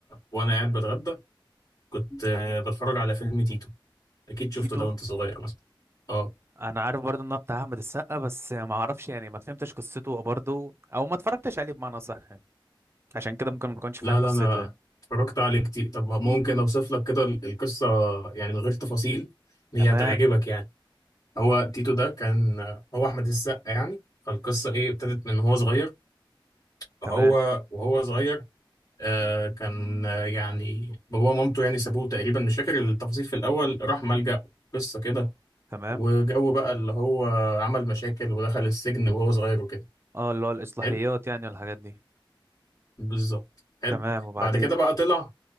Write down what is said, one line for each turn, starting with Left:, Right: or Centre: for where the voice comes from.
Left: وانا قاعد بتغدى كنت آه بتفرج على فيلم تيتو اكيد شفته
Right: تيتو
Left: ده وانت صغير مثلا اه
Right: انا عارف برضه ان هو بتاع احمد السقا بس ما اعرفش يعني ما فهمتش قصته برضه او ما اتفرجتش عليه بمعنى صح يعني. عشان كده ممكن ما كنتش فاهم
Left: لا لا
Right: قصته
Left: انا
Right: يعني
Left: اتفرجت عليه كتير طب ممكن اوصف لك كده ال- القصه يعني من غير تفاصيل إن
Right: تمام
Left: هي هتعجبك يعني هو تيتو ده كان هو احمد السقا يعني فالقصه ايه ابتدت من هو صغير فهو
Right: تمام
Left: وهو صغير آه كان آه، يعني بابا ومامته يعني سابوه تقريبا مش فاكر التفاصيل في الاول راح ملجأ قصه كده
Right: تمام
Left: وجو بقى اللي هو عمل مشاكل ودخل السجن وهو صغير وكده
Right: اه اللي هو الإصلاحيات
Left: حلو
Right: يعني والحاجات دي
Left: بالظبط حلو
Right: تمام وبعدين
Left: بعد كده بقى طلع